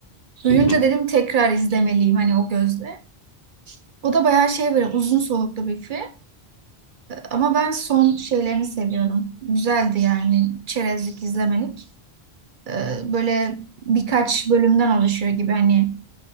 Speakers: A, on the right; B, on the left.
A: Duyunca
B: <laughs> Hı hı.
A: dedim tekrar izlemeliyim hani o gözle. O da bayağı şey böyle uzun soluklu bir film. Ama ben son şeylerini seviyorum. Güzeldi yani çerezlik izlemelik. E, böyle birkaç bölümden oluşuyor gibi hani